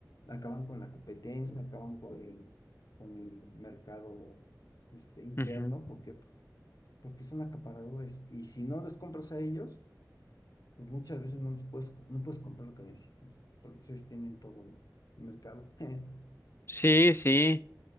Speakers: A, on the left; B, on the left.
A: acaban con la competencia, acaban con el, con el mercado este, interno,
B: Ujú.
A: porque, pues, porque son acaparadores. Y si no les compras a ellos, pues muchas veces no les puedes, no puedes comprar lo que necesitas, porque pues, ellos tienen todo el mercado. <laughs>
B: Sí, sí.